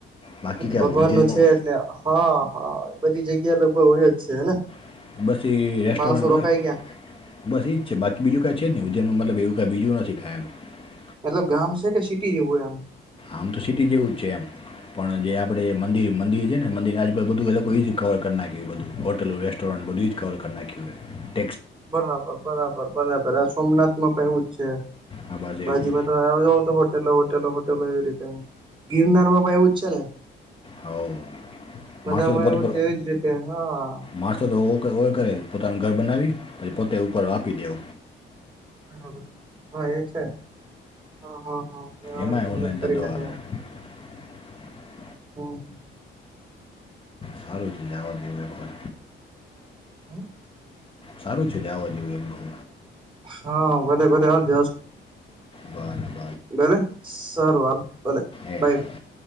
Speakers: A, on the left; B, on the right.
A: બાકી ક્યાં
B: ભગવાન
A: ઉજ્જૈનમાં
B: નુ છે લિયા હા હા વડે હું છે
A: બસ એવુ
B: માણસો રોકાઈ ગયા
A: આ બીજું નથી શીખા
B: મતલબ ગામ છે કે સિટી જેવું એમ
A: આમ તો સિટી જેવું જ છે એમ પણ જે આપણે મંદિર મંદી જે ને મંદિર ના આજુ બાજુ બધું એ લોકો એ એજ કવર કર નાખ્યું બધું હોટલો રેસ્ટોરન્ટ બધું એજ કવર કર નાખ્યું હે
B: બરાબર બરાબર બરાબરઆ સોમનાથ માં પણ એવું જ છે
A: આ બસ
B: બાજીમાં
A: એવું
B: તો આવ જાવ તો હોટેલો હોટેલો હોટલો એવી રીતે ગિરનાર માં ભાઈ એવું જ છે ને
A: હોવ
B: બધામાં
A: માણસો તો પોતે
B: એવું જેવીજ રીતે હા
A: માણસો તો ઓય કરે પોતાનું ઘર બનાવી પછી પોતે ઉપર આપી દેવ
B: બરાબર હા એ છે હા હા હા <unintelligible>
A: એમાંય
B: જાહેરાત
A: ઓનલાઈન
B: કરી
A: ધંધો
B: નાખે
A: હાલે
B: એ
A: <inaudible>
B: હા હમ
A: સારું ચીજ આવા જેવખર
B: હમ
A: સારું છે જાવા જોવું એમ ખઉ
B: હા <unintelligible>
A: બર
B: ભલે સરાર વાલ ભલે
A: એ
B: બાય
A: ભલે